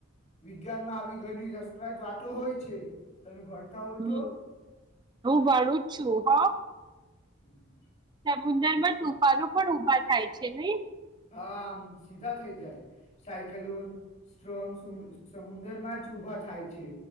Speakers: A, on the left (about 35°); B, on the right (about 20°).
A: વિજ્ઞાન માં આવી ઘણી રસપ્રદ વાતો હોય છે. તમે ભણતા હોય
B: હમ
A: તો
B: હું ભણું જ છું હ
A: <inaudible>
B: સમુદર માં તુફાનો પણ ઉભા થાય છે નહી.
A: હા આમ સીધા થઈ જાય સાયક્લોન સ્ટ્રમ સમુદરમાં જ ઉઊભા થાય છે